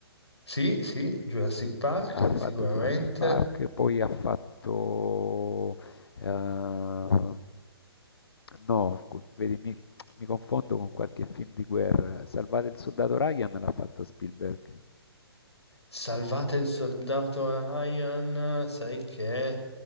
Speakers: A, on the left; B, on the left.
A: Sì, sì, Jurassic Park,
B: Ha fatto
A: sicuramente.
B: Jurassic Park, poi ha fatto, ehm, no, cu vedi mi mi confondo con qualche film di guerra. Salvate il soldato Ryan l'ha fatto Spielberg.
A: Salvate il soldato Ryan, sai che